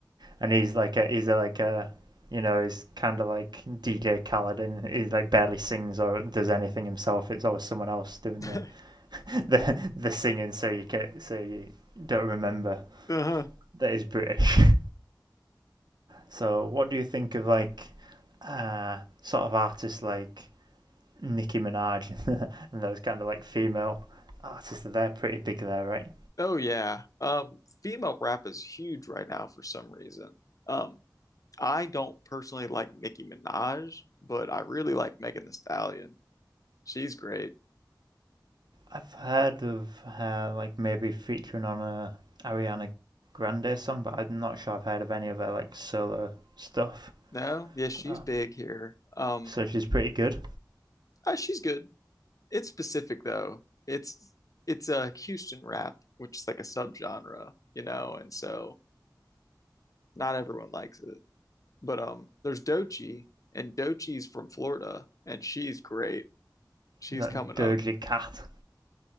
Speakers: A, on the right (about 65°); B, on the left (about 45°).
A: and he's like a, he's a, like a you know he's kind of like DJ Khaled and he like barely sings or does anything himself. It's always someone else doing
B: <laughs>
A: the <laughs> the, the singing, so you can so you don't remember
B: uh-huh.
A: that he's British. <laughs> So, what do you think of like uh, sort of artists like Nicki Minaj <laughs> and those kind of like female artists? They're pretty big there, right?
B: Oh yeah. Um, female rap is huge right now for some reason. Um, I don't personally like Nicki Minaj, but I really like Megan Thee Stallion. She's great.
A: I've heard of her like maybe featuring on a Ariana Grande song, but I'm not sure I've heard of any of her like solo stuff.
B: No, yes, she's
A: So,
B: big here. Um,
A: so she's pretty good.
B: uh, she's good. It's specific though. It's it's a Houston rap, which is like a subgenre, you know, and so not everyone likes it. But um, there's Dochi, and Dochi's from Florida, and she's great. She's
A: That
B: coming
A: dirty
B: up.
A: cat.